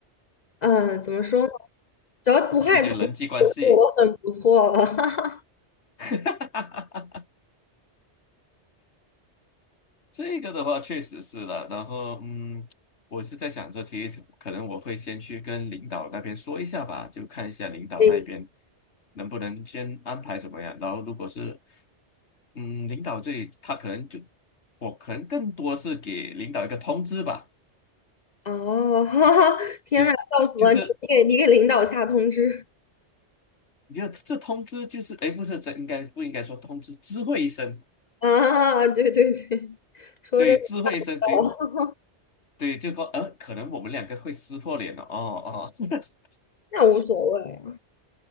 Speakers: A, on the left; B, on the left.
A: 嗯、怎么说呢？只要不害同事，
B: 这些人际关系。
A: 我都很不错了。<laughs>
B: <laughs> 这个的话确实是了，然后嗯，我是在想着，其实可能我会先去跟领导那边说一下吧，就看一下领导那边
A: 嗯
B: 能不能先安排怎么样。然后如果是嗯，领导这里他可能就我可能更多是给领导一个通知吧，
A: 哦，<laughs> 哈哈，天呐，
B: 就是就是
A: 笑死了！你你给你给领导下通知
B: 你看这通知就是哎，诶不是这应该不应该说通知知会一声，
A: <laughs> 啊？对对对，说的跟你一样
B: 对，知会一声，对对，就说呃，可能我们两个会撕破脸了，哦哦。<laughs>
A: <laughs> 那无所谓啊。